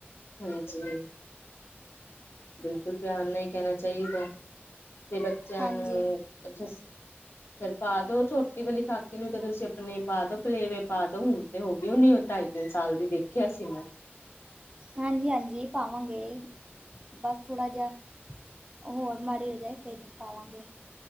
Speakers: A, on the left (about 65°); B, on the right (about 25°).
A: ਹਾਂਜੀ। ਬਿਲਕੁਲ ਪਿਆਰ ਨਾ ਈ ਕਹਿਣਾ ਚਾਈਦਾ ਤੇ ਬੱਚਿਆਂ
B: ਹਾਂਜੀ
A: ਨੂੰ ਅੱਛਾ ਫੇਰ ਪਾ ਦੋ ਛੋਟੀ ਵਾਲੀ ਖਾਕੀ ਨੂੰ ਤੇ ਤੁਸੀਂ ਆਪਣੇ ਪਾ ਦੋ ਪਲੇ ਵੇ ਪਾਦੋ ਹੁਣ ਤੇ ਹੋ ਗਈ ਹੁਣੀ ਉਹ ਢਾਈ ਤਿੰਨ ਸਾਲ ਦੀ ਦੇਖਿਆ ਸੀ ਮੈਂ।
B: ਹਾਂਜੀ ਹਾਂਜੀ ਪਾਵਾਂਗੇ, ਬਸ ਥੋੜ੍ਹਾ ਜਿਆ ਹੋਰ ਮਾੜੀ ਹੋ ਜਾਏ ਫੇਰ <unintelligible> ਵਾਂਗੇ